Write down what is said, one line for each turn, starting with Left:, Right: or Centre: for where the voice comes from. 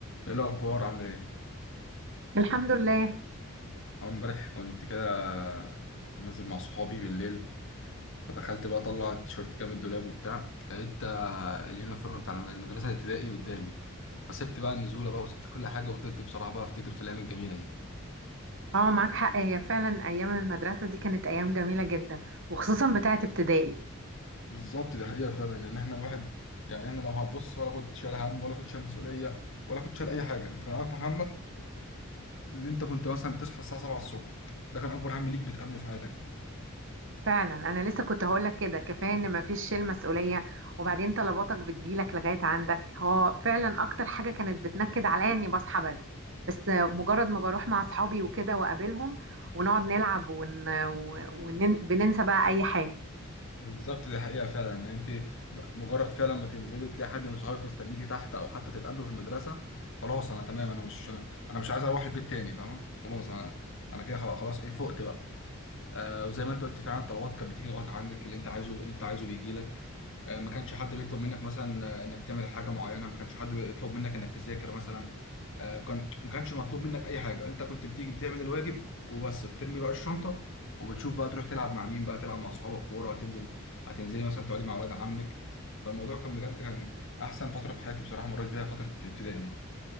Left: ايه الاخبار عامله ايه
Right: الحمد لله
Left: أول امبارح كنت كده نازل مع صحابي بالليل فدخلت بقى اطلع التيشيرت كده من الدولاب وبتاع لقيت آه، اليونيفورم بتاع المدرسه الابتدائي قدامي فسبت بقى النزوله بقى وسبت كل حاجه وفضلت بصراحه بقى افتكر في الايام الجميله دي
Right: اه معاك حق هي فعلا ايام المدرسه دي كانت ايام جميله جدا وخصوصا بتاعه ابتدائي
Left: بالظبط دي حقيقة فعلا يعني احنا الواحد يعني احنا لو هتبص ولا كنت شايل هم ولا كنت شايل مسؤولية ولا كنت شايل أي حاجة أنت كان أكبر همك إن أنت كنت مثلا بتصحى الساعة 7 الصبح ده كان أكبر هم ليك بتقابله في حياتك يعني
Right: فعلا انا لسه كنت هقولك كده كفايه ان مفيش شيل مسؤوليه وبعدين طلباتك بتجيلك لغايه عندك هو فعلا اكتر حاجه كانت بتنكد عليا اني بصحى بدري بس مجرد ما بروح مع اصحابي وكده واقابلهم ونقعد نلعب ون... ون... ونن... بننسى بقى اي حاجه
Left: بالظبط دي حقيقة فعلا يعني انت مجرد فعلا ما تنزلي تلاقي حد من صحابك مستنيكي تحت او حتى تتقابلوا في المدرسة خلاص انا تمام انا مش انا مش عايز اروح البيت تاني فاهمة خلاص انا انا كده خلاص ايه فقت بقى آه وزي ما انت قلت فعلا الطلبات كانت بتيجي لغايه عندك اللي انت عايزه اللي انت عايزه بيجي لك آه ما كانش حد بيطلب منك مثلا آه، انك تعمل حاجه معينه ما كانش حد بيطلب منك انك تذاكر مثلا آه كان ما كانش مطلوب منك اي حاجه انت كنت بتيجي بتعمل الواجب وبس بترمي بقى الشنطه وبتشوف بقى تروح تلعب مع مين بقى تلعب مع صحابك كوره هتنزل هتنزلي مثلا تقعدي مع اولاد عمك فالموضوع كان بجد كان احسن فتره في حياتي بصراحه مريت بيها فتره الابتدائي دي